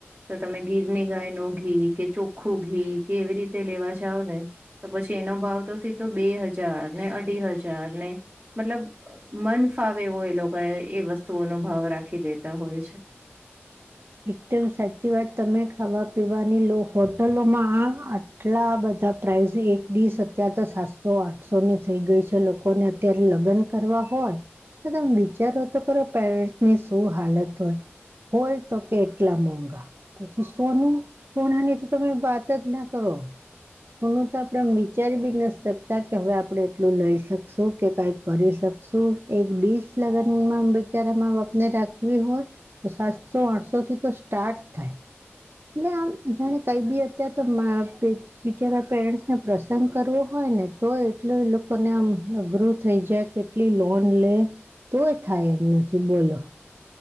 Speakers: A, on the right; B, on the right.
A: તો તમે ગીરની ગાય નું ઘી કે ચોખ્ખું ઘી કે એવી રીતે લેવા જાઓ ને તો પછી એનો ભાવ તો સીધો બે હજાર ને અઢી હજાર ને મતલબ મન ફાવેવો એ લોકો એ વસ્તુઓનો ભાવ રાખી દેતા હોય છે
B: એકદમ સાચી વાત તમે ખાવા પીવાની લો હોટલોમાં આ આટલા બધા પ્રાઇઝ એક ડીસ અત્યારે તો સાતસો આઠસો ની થઈ ગઈ છે લોકોને અત્યારે લગ્ન કરવા હોય તમે વિચારો તો કરો પેરેન્ટ્સ ની શું હાલત હોય હોલ તો કેટલા મોંઘા પછી સોનું સોના ની તો તમે વાત જ ના કરો શોનુંું તો આપણે વિચારી બી ન શકતા કે હવે આપણે એટલું લઈ શકશું કે કાંઈ કરી શકશું એક ડીશ લગ્નમાં બચારામાં આપપને રાખવી હોય. તો સાતસો આઠસો થી તો સ્ટાર્ટ થાય આમ જાણે કઈ બી અત્યારે તો બિચારા પેરેન્ટ્સને પ્રસંગ કરવો હોય ને તો એટલ એ લોકોને આમ અઘરું થઈ જાય કે એટલી લોન લે તોય થાય એમ નથી બોલો